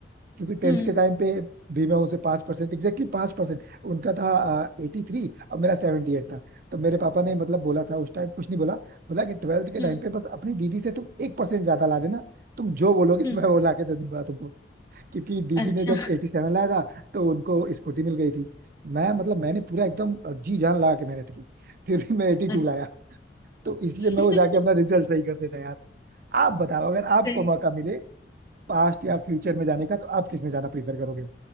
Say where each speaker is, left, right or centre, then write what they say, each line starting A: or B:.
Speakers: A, on the right; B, on the left.
A: क्योंकि टेंथ
B: हम्म
A: के टाइम पे भी मैं उसे पांच परसेंट एग्जैक्टली पांच परसेंट उनका था एटी थ्री और मेरा सेवेंटी एट था तो मेरे पापा ने मतलब बोला था उस टाइम कुछ नहीं बोला बोला कि ट्वेल्थ के
B: हम्म
A: टाइम पे बस अपनी दीदी से तुम एक परसेंट ज्यादा ला देना तुम जो बोलोगे
B: हम्म
A: <laughs> मैं वो ला के दे दूंगा तुमको क्योंकि दीदी
B: अच्छा
A: ने जब एटी सेवन लाया था तो उनको स्कूटी मिल गई थी मैं मतलब मैंने पूरा एकदम जी जान लगा के मेहनत की फिर भी मैं एटी
B: अच्छा
A: टू लाया तो इसलिए
B: <laughs>
A: मैं वो जाके अपना रिजल्ट सही कर देता यार आप बताओ अगर आपको
B: सही है।
A: मौका मिले पास्ट या फ्यूचर में जाने का तो आप किस में जाना प्रीफर करोगे